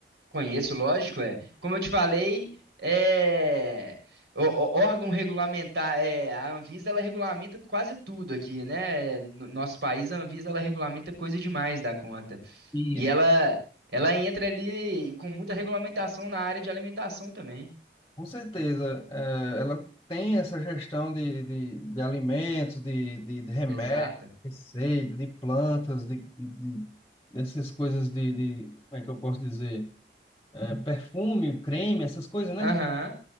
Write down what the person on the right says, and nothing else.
Conheço, lógico, é. Como eu te falei, é o- o- órgão regulamentar, é, a Anvisa ela regulamenta quase tudo aqui, né? No nosso país, a Anvisa ela regulamenta coisa demais da conta.
E ela ela entra ali com muita regulamentação na área de alimentação também.
Exato.
Aham.